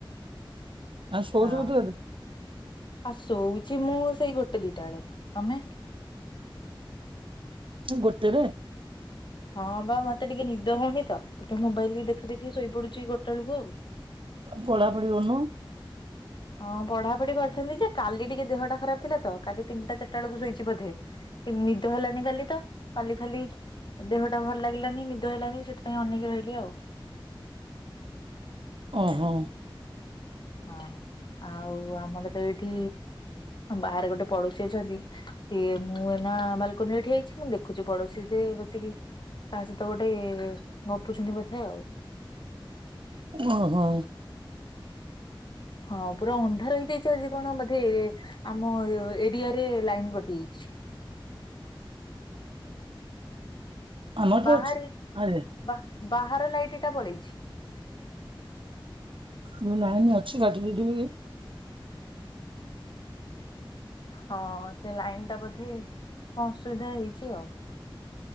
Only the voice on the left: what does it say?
ହଁ
ଆଉ ଶୋଉଛି ମୁଁ ସେଇ ଗୋଟେ ଦିଟା ବେଳକୁ ତମେ
ହଁ ବା ମତେ ଟିକେ ନିଦ ହଉନି ତ ଟିକେ ମୋବାଇଲ ଦେଖ ଦେଖି ଶୋଇପଡୁଛି ଗୋଟେ ବେଳକୁ ଆଉ।
ହଁ ପଢାପଢି କରିଥାନ୍ତି ଯେ କାଲି ଟିକେ ଦେହଟା ଖରାପ ଥିଲା ତ କାଲି ତିନିଟା ଚାରିଟା ବେଳକୁ ଶୋଇଛି ବୋଧେ କି ନିଦ ହେଲାନି କାଲି ତ କାଲି ଖାଲି ଦେହଟା ଭଲ ଲାଗିଲାନି ନିଦ ହେଲାନି ସେଥିପାଇଁ ଅନେକି ରହିଲି ଆଉ।
ହଁ। ଆଉ ଆମର ତ ଏଇଠି ବାହାରେ ଗୋଟେ ପଡୋଶୀ ଅଛନ୍ତି ଇଏ ମୁଁ ବାଲ୍ ଠିଆହେଇଛି ମୁଁ ଦେଖୁଛି ପଡୋଶୀ ଯେ ବସିକି କା ସହିତ ଗୋଟେ ଗପୁଛନ୍ତି ବୋଧେ ଆଉ।
ହଁ ପୁରା ଅନ୍ଧାର ହେଯାଇ। କଣ ବଧେ ଆମ ଏରିଆରେ ଲାଇନ କଟି ଯାଇଛି।
ବାହାରେ
ବା ବାହାର ଲାଇଟ୍ ଟା ପଳେଇଛି।
ହଁ ସେ ଲାଇନ ଟା ବୋଧେ କଣ ଅସୁବିଧା ହେଇଛି ଆଉ।